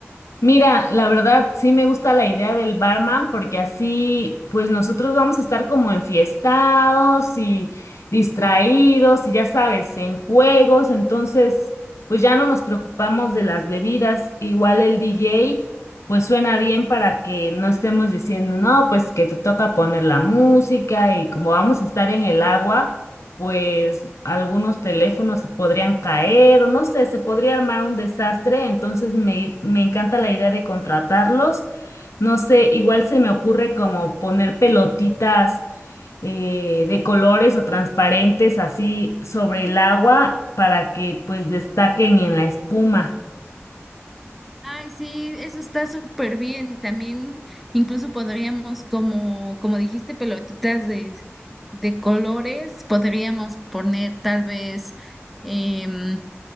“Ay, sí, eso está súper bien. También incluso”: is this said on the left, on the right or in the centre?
Centre